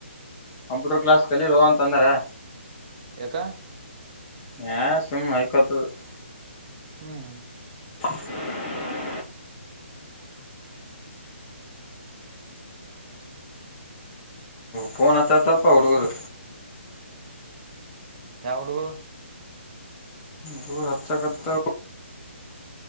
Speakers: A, on the left; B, on the right.
A: ಕಂಪ್ಯೂಟರ್ ಕ್ಲಾಸ್ ಕಲಿರೋ ಅಂತಂದರೆ
B: ಯಕ
A: ಯ ಸುಮ ಹೈಕತ <unintelligible>
B: ಹ್ಮ್
A: <inaudible> ಪೋನಚತಪ್ಪಹಡುಗರು
B: ಯಾವಡು
A: ದೂರ ಹಚ್ಚಸಕ